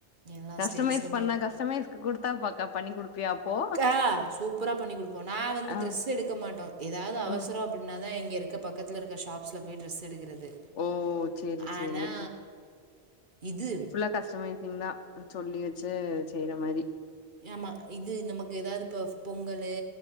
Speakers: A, on the right (about 45°); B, on the left (about 85°).
A: எல்லா
B: கஸ்டமைஸ்
A: ஸ்டைல்ஸ்லையுமே
B: பண்ண கஸ்டமைஸ்க்கு குடு தாபாக்க பண்ணி குடுப்பியா அப்போ
A: கா சூப்பரா பண்ணி குடுப்போ நா வந்து
B: ஆ
A: ட்ரெஸ் எடுக்க மாட்டோ ஏதாவது அவசரோ
B: ம்
A: அப்பின்னாதா இங்க இருக்க பக்கத்துல இருக்க ஷாப்ஸ்ல போய் ட்ரெஸ் எடுக்குறது
B: ஓ சேரி
A: ஆனா
B: சேரி
A: இது
B: க கஸ்டமைசிங்கா சொல்லி வச்சு செய்ற மாரி
A: ஆமா இது நமக்கு ஏதாவது இப்ப பொங்கலு